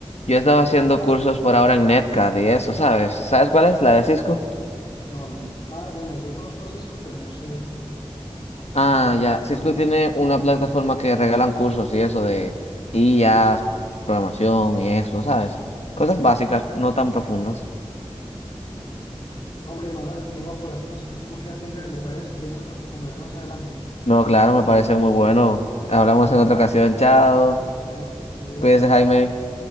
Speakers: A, on the left (about 80°); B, on the left (about 45°).
A: Yo estaba haciendo cursos por ahora en Netcad y eso, ¿sabes? ¿Sabes cuál es? La de Cisco.
B: No, no. esa- no. Ah, bueno, yo conozco a Cisco, pero no sé esa plataforma cuál es.
A: Ah, ya, Cisco tiene una plataforma que regalan cursos y eso de IAs, programación y eso, ¿sabes? Cosas básicas, no tan profundas.
B: Qué bien. Hombre, Manuel, tengo por aquí un asuntico que atender. ¿Le parece? Seguimos nuestra conversación más adelante.
A: No, claro, me parece muy bueno. Hablamos en otra ocasión, chao.
B: Bueno, que estés muy bien.
A: Cuídese,
B: Chao.
A: Jaime.